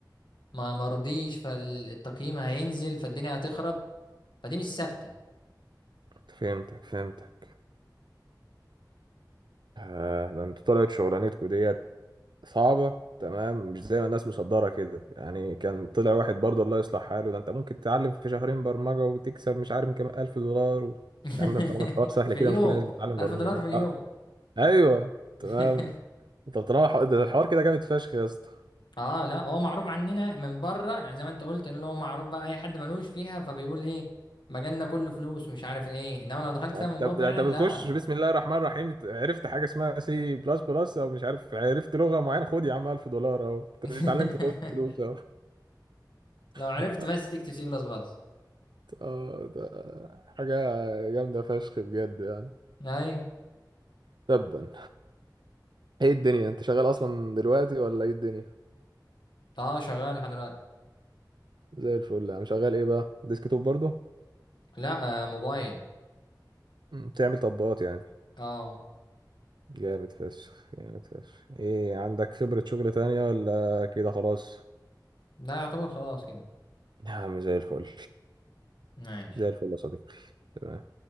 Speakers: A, on the left; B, on the right.
A: ما مرضيش فالتقييم هينزل فالدنيا هتخرب فدي مش ثابتة
B: فهمتك فهمتك آه ده انتوا طلعت شغلانتكم ديت صعبه تمام مش زي ما الناس مصدره كده يعني كان طلع واحد برضه الله يصلح حاله ده انت ممكن تتعلم في شهرين برمجه وتكسب مش عارف كام الف دولار و...
A: <laughs>
B: يا عم ده طالما الحوار سهل
A: في
B: كده
A: اليوم
B: مش كل الناس بتتعلم
A: ألف
B: برمجه
A: دولار
B: ليه
A: في اليوم
B: اه ايوه تمام
A: <laughs>
B: طب طالما الح- ده الحوار كده جامد فشخ يا اسطى
A: اه لا هو معروف عننا من بره يعني زي ما انت قلت اللي هو معروف بقى اي حد ملوش فيها فبيقول ايه مجالنا كله فلوس ومش عارف ايه انما لو دخلت
B: ده
A: فيها
B: انت
A: من جوه فعلا
B: ده انت بتخش
A: لا
B: بسم الله الرحمن الرحيم عرفت حاجه اسمها سي بلس بلس او مش عارف عرفت لغه معينه خد يا عم 1000 دولار اهو انت
A: <laughs>
B: مش اتعلمت خد فلوس اهو
A: لو عرفت
B: <laughs>
A: بس تكتب سي بلس بلس
B: اه ده حاجه جامده فشخ بجد يعني
A: ايوه
B: تبا ايه الدنيا انت شغال اصلا دلوقتي ولا ايه الدنيا
A: اه شغال لحد دلوقتي
B: زي الفل انا شغال ايه بقى ديسك توب برضه
A: لا آه موبايل
B: مم، بتعمل تطبيقات يعني
A: اه
B: جامد فشخ جامد فشخ ايه عندك خبره شغل تانية ولا كده خلاص
A: لا يعتبر خلاص كده
B: يا عم زي الفل
A: ماشي
B: زي الفل يا صديقي تمام.